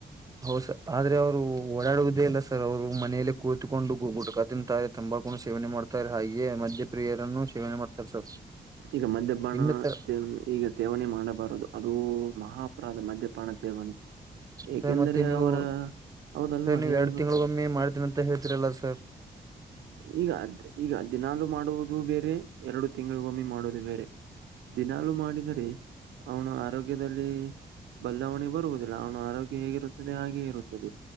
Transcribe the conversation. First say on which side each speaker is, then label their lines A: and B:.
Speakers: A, on the right; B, on the right.
A: ಹೌ ಸರ್ ಆದ್ರೆ ಅವ್ರು ಓಡಾಡುವುದೇ ಇಲ್ಲ ಸರ್ ಅವ್ರು ಮನೆಯಲ್ಲೇ ಕುಳಿತುಕೊಂಡು ಗುಟ್ಕಾ ತಿಂತಾರೆ ತಂಬ ತಂಬಾಕು ಸೇವನೆ ಮಾಡ್ತಾರೆ ಹಾಗೇ ಮಧ್ಯಪ್ರಿಯರನ್ನು ಸೇವನೆ ಮಾಡ್ತಾರೆ ಸರ್
B: ಈಗ ಮದ್ಯ ಬಾಣ
A: ಇನ್ನು ತರ
B: ಸೇವ ಈಗ ಸೇವನೆ ಮಾಡಬಾರದು ಅದು ಮಹಾಅಪರಾದ ಮಧ್ಯಪಾನ ಸೇವನೆ
A: ಸರ್
B: ಏಕೆಂದರೆ
A: ಮತ್ತೆ ನೀವು
B: ಅವರ ಹೌದಲ್ವಾ
A: ಸರ್ ನೀವು
B: ಹೇಳಿನು
A: ಎರಡು ತಿಂಗಳಗೊಮ್ಮೆ ಮಾಡ್ ಏನ್ ಅಂತ ಹೇಳ್ತಿರಲ್ಲ ಸರ್
B: ಈಗದ ಈಗ ದಿನಾಲು ಮಾಡುವುದು ಬೇರೆ ಎರಡು ತಿಂಗಳಿಗೊಮ್ಮಿ ಮಾಡುವುದು ಬೇರೆ ದಿನಲೂ ಮಾಡಿದರೆ ಅವನ ಆರೋಗ್ಯದಲ್ಲಿ ಬದಲಾವಣೆ ಬರುವುದಿಲ್ಲ ಅವನ ಆರೋಗ್ಯ ಹೇಗಿರುತ್ತದೆ ಹಾಗೆ ಇರುತ್ತದೆ.